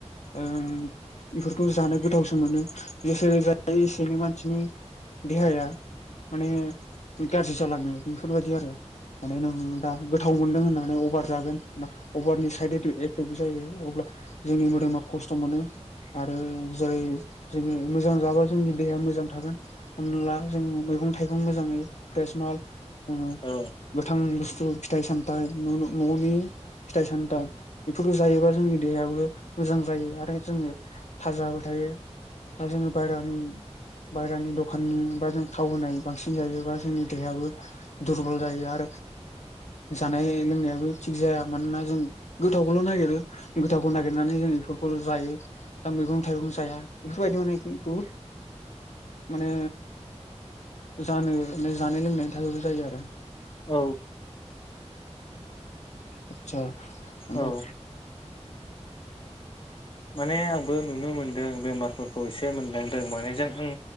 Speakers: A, on the left (about 75°); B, on the left (about 45°).
A: उम बेफोरखौ जानो गोथावसो मोनो जेसेनो जायो एसेनो मानसिनि देहाया माने गाज्रि जालाङो बेफोरबायदि आरो माने नों दा गोथाव मोन्दों होननानै अभार जागोना अभारनि साइद एथु एफेक्ट जायो अब्ला जोंनि मोदोमा खस्थ' मोनो आरो जेरै जोङो मोजां जाबा जोंनि देहाया मो जां थागोन हमनाला जों मैगं थाइगं मोजाङै फ्रेस माल जोङो
B: औ
A: गोथां बुस्थु फिथाइ सामथाइ न न'नि फिथाइ सामथाइ बेफोरखौ जायोबा जोंनि देहायाबो मोजां जायो आरो जोङो थाजाबो थायो बा जोङो बायहेरानि बायहेरानि दखाननि बा जों थाव होनाय बांसिन जायोबा जोंनि देहायाबो दुरबल जायो आरो जानाय लोंनायाबो थिग जाया मानोना जों गोथावखौल' नागिरो गोथावखौ नागिरनानै जों बेफोरखौ जायो दा मैगं थाइगं जाया बेफोरबायदि माने बुहुद माने जानो माने जानाय लोंनायनि थाखायबो जायो आरो
B: औ
A: आतसा ओफ्राय
B: औ माने आंबो नुनो मोनदों बेमारफोरखौ एसे मोनदांदों माने जों आं